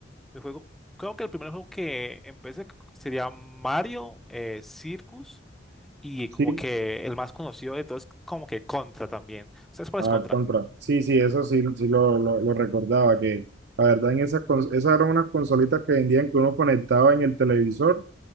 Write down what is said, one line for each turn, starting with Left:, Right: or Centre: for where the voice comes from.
Centre: mi juego, creo que el primer juego que empecé c- sería Mario eh, Circus y
Right: Sí,
Centre: como que el más conocido de todos es como que Contra también. ¿Sabes cuál
Right: A
Centre: es Contra?
Right: ver, contra. Sí, sí, eso sí, sí lo, lo, lo recordaba, que la verdad en esas, cons- esas eran unas consolitas que vendían que uno conectaba en el televisor